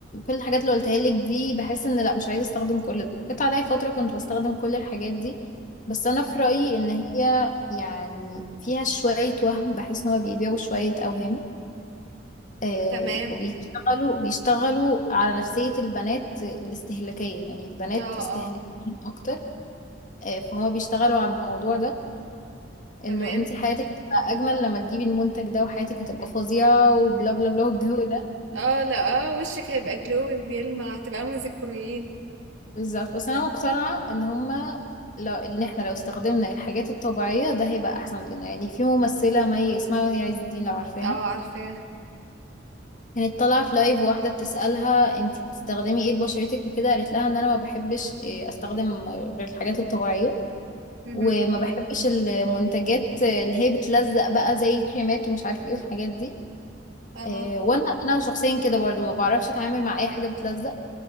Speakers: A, on the left; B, on the right.
A: كل الحاجات اللي قلتها لك دي بحس ان لا مش عايزة استخدم كل ده جت عليا فترة كنت بستخدم كل الحاجات دي بس انا في
B: مهم.
A: رأيي ان هي يعني فيها شوية وهم بحس ان هو بيبيعوا شوية اوهام آه
B: تمام
A: وبيشتغلوا بيشتغلوا على نفسية البنات الاستهلاكية يعني البنات
B: اه
A: استهلاكيين
B: اه
A: اكتر آه فهما بيشتغلوا على الموضوع ده
B: تمام
A: انه انت حياتك هتبقى اجمل لما تجيبي المنتج ده وحياتك هتبقى فظيعة وبلا بلا بلا والجو ده
B: اه لا اه وشك هيبقى جلوي بيلمع هتبقى عامله زي الكوريين
A: بالظبط بس انا مقتنعه ان هما لو ان احنا لو استخدمنا الحاجات الطبيعيه ده هيبقى احسن لنا يعني في ممثله مي اسمها مي عز الدين لو عارفاها
B: اه عارفاها
A: كانت طالعه في لايف واحده بتسالها انتي بتستخدمي ايه لبشرتك وكده قالت لها ان انا ما بحبش إيه، استخدم غير الحاجات الطبيعيه
B: اها
A: وما بحبش المنتجات اللي هي بتلزق بقى زي الكريمات ومش عارف ايه والحاجات دي
B: اه
A: إيه، وانا انا شخصيا كده برضو ما بعرفش اتعامل مع اي حاجه بتلزق